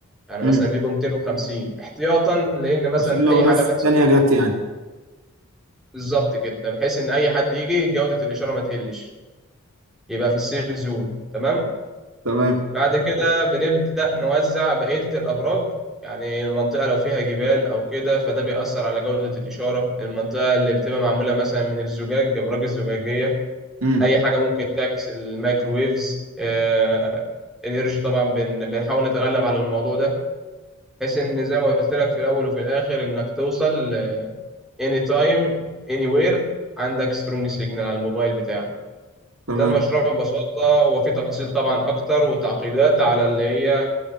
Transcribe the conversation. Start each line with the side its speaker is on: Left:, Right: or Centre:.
Centre: يعني
Right: امم
Centre: مثلا بيبقوا 250 احتياطا لان مثلا
Right: عشان لو
Centre: اي
Right: ناس
Centre: حاجه هتحصل
Right: تانية
Centre: زياده
Right: جت يعني
Centre: بالظبط كده بحيث ان اي حد يجي جوده الاشاره ما تقلش يبقى في السيف زون تمام
Right: تمام
Centre: بعد كده بنبدأ نوزع بقية الأبراج يعني المنطقة لو فيها جبال أو كده فده بيأثر على جودة الإشارة المنطقة اللي بتبقى معمولة مثلا من الزجاج أبراج الزجاجية
Right: امم
Centre: أي حاجة ممكن تعكس الميكروويفز آه، الإنرجي طبعا بن- بنحاول نتغلب على الموضوع ده بحيث إن زي ما قلت لك في الأول وفي الآخر إنك توصل آه، anytime anywhere عندك سترونج سيجنال على الموبايل بتاعك
Right: تمام
Centre: ده المشروع ببساطة وفي تفاصيل طبعا أكتر وتعقيدات على اللي هي